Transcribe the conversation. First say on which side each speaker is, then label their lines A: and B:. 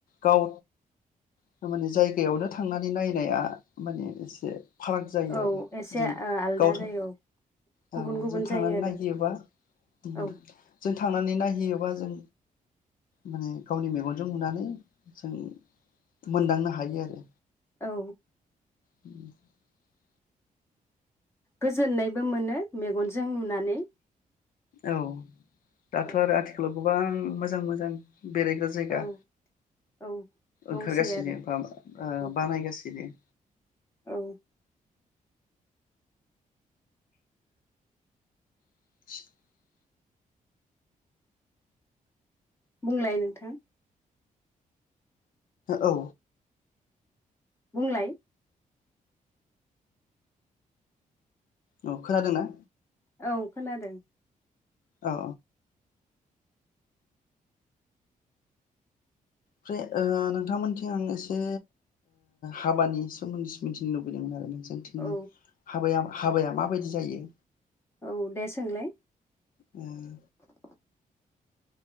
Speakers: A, on the left; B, on the left.
A: गाव थारमाने जायगायावनो थांनानै नायनाया माने एसे फाराग जायो
B: औ
A: आरो
B: एसे
A: जों
B: ओ आलदा
A: गाव था
B: जायो औ गुबुन
A: औ
B: गुबुन
A: जों
B: जायो
A: थांनानै
B: आरो
A: नायहैयोबा उम
B: औ
A: जों थांनानै नायहैयोबा जों माने गावनि मेगन जों नुनानै जों मोनदांनो हायो आरो
B: औ
A: <unintelligible>
B: गोजोननायबो मोनो मेगनजों नुनानै
A: औ दाथ'
B: औ
A: आरो आथिखालाव गोबां मोजां मोजां बेरायग्रा जायगा
B: औ औ दंसै
A: ओंखारगासिनो
B: आरो
A: बा आ
B: औ
A: बानायगासिनो
B: औ
A: <inaudible>
B: बुंलाय नोंथां
A: औ
B: बुंलाय
A: औ खोनादोंना
B: औ खोनादों
A: अ‌ अ ओमफ्राय ओ नोंथांमोनथिं आं एसे हाबानि सोमोन्दैसो मिथिनो लुबैदोंमोन आरो सोनथिंनि
B: औ
A: हाबाया मा हाबाया माबायदि जायो
B: औ दे सोंलाय
A: उम
B: <inaudible>